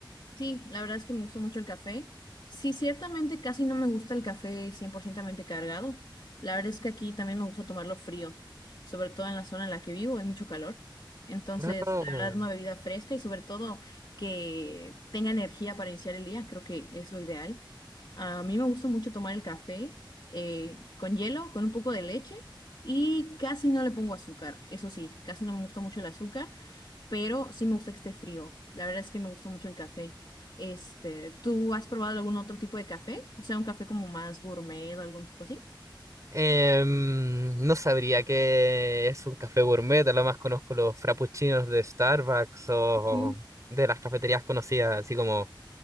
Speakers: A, on the left; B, on the right.
A: Sí, la verdad es que me gustó mucho el café. Sí, ciertamente casi no me gusta el café 100% cargado. La verdad es que aquí también me gusta tomarlo frío, sobre todo en la zona en la que vivo, hay mucho calor. Entonces,
B: Ah.
A: la verdad, una bebida fresca y sobre todo que tenga energía para iniciar el día, creo que es lo ideal. A mí me gusta mucho tomar el café eh, con hielo, con un poco de leche y casi no le pongo azúcar. Eso sí, casi no me gusta mucho el azúcar. pero sí me gusta que esté frío. La verdad es que me gusta mucho el café. Este, ¿tú has probado algún otro tipo de café? O sea, un café como más gourmet o algún tipo así.
B: Em, no sabría qué es un café gourmet, a lo más conozco los frappuccinos de Starbucks o
A: Ujú.
B: de las cafeterías conocidas, así como